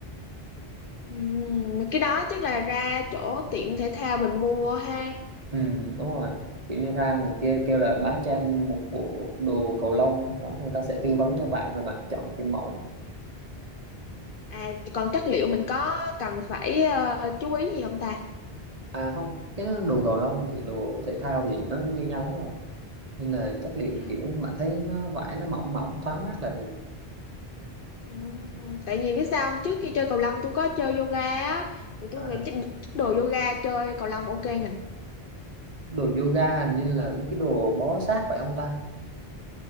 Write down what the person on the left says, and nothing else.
Ừm, cái đó chắc là ra chỗ tiệm thể thao mình mua ha.
À, còn chất liệu mình có cần phải ờ, chú ý gì không ta?
Vậy hả?
Ừm, tại vì biết sao không? Trước khi chơi cầu lông tôi có chơi yoga á, thì tôi
nghĩ chắc chắc đồ yoga chơi cầu lông ok nhỉ?